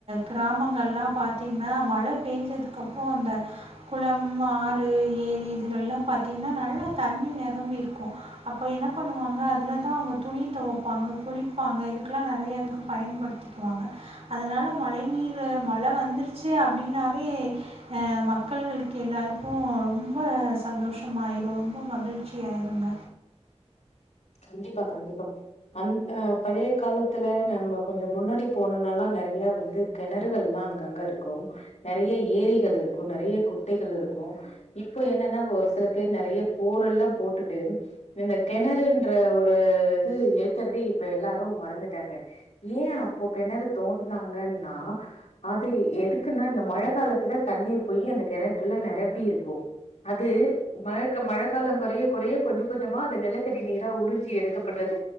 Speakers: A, on the right (about 65°); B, on the left (about 80°).
A: கிராமங்கள்லா பார்த்தீங்கன்னா மழை பெயஞ்சதுக்கப்புறம் அந்த குளம் ஆறு ஏரி இது கல்லா பாத் பார்த்தீங்கன்னா நல்லா தண்ணி நிரம்பி இருக்கு அப்போ என்ன பண்ணுவாங்க அதில் தா அவங்க துணி துவைப்பாங்க குளிப்பாங்க இதுக்கெல்லா நெறையா இதுக்கு பயன்படுத்திக்குவாங்க அதனால மழை நீர் மழை வந்துருச்சு அப்படனாவே ஆ மக்களுக்கு எல்லாருக்கு ரொம்ப சந்தோஷ மா ஆயிரு ரொம்ப மகிழ்ச்சி ஆயிருங்க
B: கண்டிப்பா கண்டிப்பா அந் அ பழைய காலத்துல நம்ம கொஞ்ச முன்னாடி போனோம்னல்லா நெறைய வந்து கிணறுகள் எல்லா அங்கங்க இருக்கு நெறைய ஏரிகள் இருக்கு நெறைய குட்டைகள் இருக்கு இப்போ என்னன்னா ஒரு சில பேர் நெறைய போரெல்லா போட்டுட்டு இந்த கிணறு என்ற ஒரு இது ஏக்கருக்கு இப்ப எல்லாரும் மறந்துட்டாங்க ஏ அப்போ கிணறு தோன்னாங்கன்னா அது எதுக்குன்னா இந்த மழை காலத்துல தண்ணீர் போய் அந்த கிணற்றுல நிரம்பி இருக்கு அது மழக்க மழை கால குறைய குறைய கொஞ்சோ கொஞ்சமா அது நிலத்தடி நீர உறிஞ்சி எடுக்கப்பட்டது